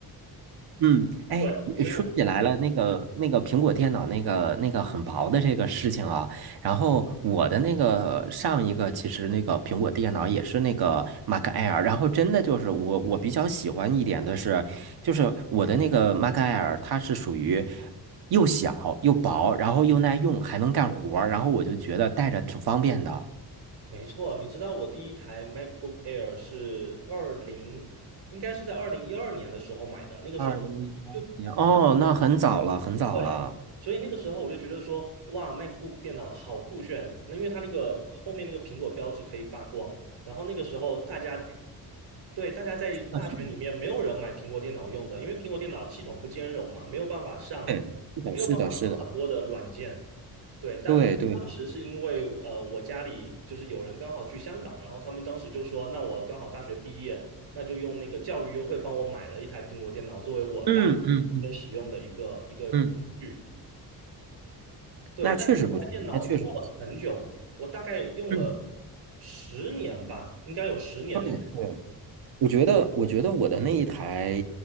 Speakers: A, on the right (about 70°); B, on the right (about 85°).
A: 嗯，
B: <laughs>
A: 哎，
B: 对，
A: 你说起来了，
B: 所以我。
A: 那个那个苹果电脑那个那个很薄的这个事情啊，然后我的那个上一个其实那个苹果电脑也是那个 Mac Air，然后真的就是我我比较喜欢一点的是，就是我的那个 Mac Air 它是属于又小又薄，然后又耐用，还能干活儿，然后我就觉得带着挺方便的。
B: 没错，你知道我第一台 MacBook Air 是二零，应该是在二零一二年的时候买的。那个时候
A: 二零一八年，
B: 就
A: 哦，那很早了，很早了。
B: 对，所以那个时候我就觉得说，哇，MacBook 电脑好酷炫。那因为它那个后面那个苹果标志可以发光，然后那个时候大家对，大家在大学里面没有人买苹果电脑用的，
A: 那是
B: 因为苹果电脑系统不兼容嘛，没有办法上，
A: 对的，是的，
B: 没有办法上很多的软件。
A: 是的，是的，
B: 对，当当时是因为呃，
A: 对对对
B: 我家里就是有人刚好去香港，然后他们当时就说，那我刚好大学毕业，那就用那个教育优惠帮我买了一台苹果电脑，作为我大
A: 嗯嗯嗯
B: 学使用的一个一个具。
A: 嗯
B: 对，
A: 那确实不错，
B: 但是那台电脑用了很久，
A: 那确实不错。
B: 我大概用了
A: 嗯
B: 十年吧，应该有十年那。
A: 嗯，对，我觉得，我觉得我的那一台